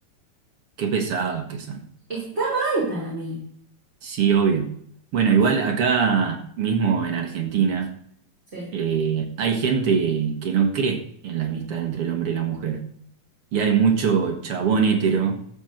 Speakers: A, on the right; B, on the right.
A: Qué pesados que son.
B: Está mal para mí.
A: Sí, obvio. Bueno,
B: O
A: igual
B: s-
A: acá mismo en Argentina
B: Sí.
A: eh, hay gente que no cree en la amistad entre el hombre y la mujer. y hay mucho chabón hétero